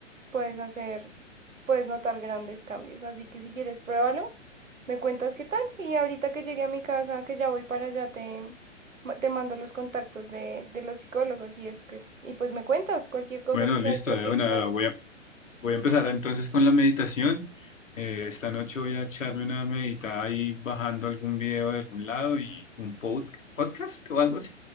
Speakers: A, on the right; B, on the left.
A: puedes hacer, puedes notar grandes cambios. Así que si quieres, pruébalo, me cuentas qué tal y ahorita que llegue a mi casa, que ya voy para allá, te, ma- te mando los contactos de, de los psicólogos y eso que, y pues me cuentas cualquier cosa,
B: Bueno,
A: tú sabes
B: listo,
A: que
B: de
A: aquí
B: una.
A: estoy.
B: Voy a, voy a empezar entonces con la meditación. Eh, esta noche voy a echarme una meditada ahí bajando algún video de algún lado y un pod- podcast o algo así.